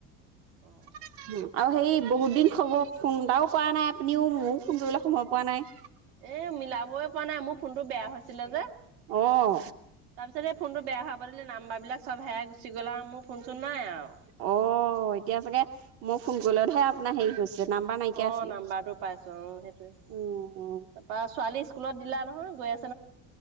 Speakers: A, on the right (about 80°); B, on the right (about 45°).
A: অ'
B: <unintelligible> আৰু হেৰি, বহুত দিন খব ফোন এটাও কৰা নাই আপুনিও, ময়ো ফোন কৰিবলৈ সময় পোৱা নাই।
A: এ মিলাবই পৱা নাই, মোৰ ফোনটো বেয়া হৈছিলে যে।
B: অঁ।
A: তাৰপিছত এই, ফোনটো বেয়া হোৱা পা ৱে নাম্বাৰ বিলাক চ'ব হেৰাই গুচি গ'ল আও, মোৰ ফোনচোন নাই আও।
B: অ', এতিয়া চাগে মই ফোন কৰিলতহে আপোনাৰ হেৰি হৈছে। নাম্বাৰ নাইকিয়া
A: অঁ
B: আছিলে
A: নাম্বাৰটো পাইছো অঁ, সেইটোয়ে,
B: উম উম
A: তাৰা ছোৱালী স্কুলত দিলা নহয়, গৈ আছ